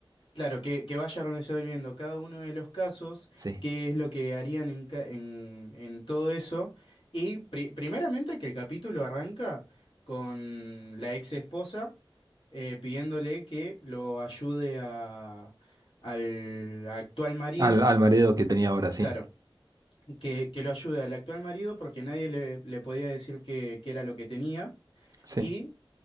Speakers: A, on the left; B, on the right.
A: Claro, que, que vaya resolviendo cada uno de los casos,
B: Sí,
A: qué es lo que harían en, ca- en- en todo eso. Y pri- primeramente que el capítulo arranca con la ex esposa eh, pidiéndole que lo ayude a- al actual marido.
B: al, al marido que tenía ahora, sí.
A: Claro, que, que lo ayude al actual marido porque nadie le, le podía decir que, que era lo que tenía.
B: Sí,
A: Y,